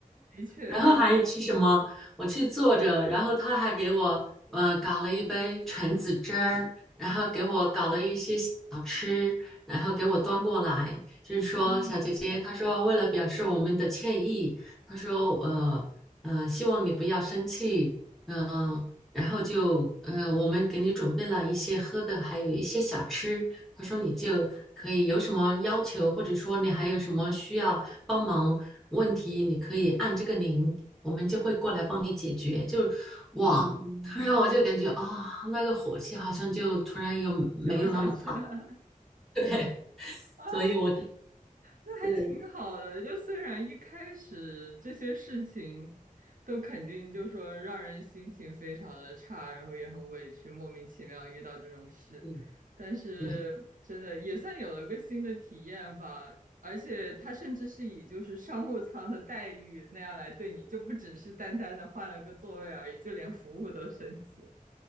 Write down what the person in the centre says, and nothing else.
然后还是什么？我去坐着，然后他还给我呃搞了一杯橙子汁儿，然后给我搞了一些小吃，
然后给我端过来，就是说小姐姐，
他说为了表示我们的歉意，他说呃呃希望你不要生气，嗯、然后就呃我们给你准备了一些喝的，还有一些小吃，他说你就可以有什么要求，或者说你还有什么需要。帮忙问题，你可以按这个铃，我们就会过来帮你解决。就哇，突然嗯我就感觉啊、哦那个火气好像就突然又没有那么大，
<laughs> 对，
所以我
对，
嗯，
对。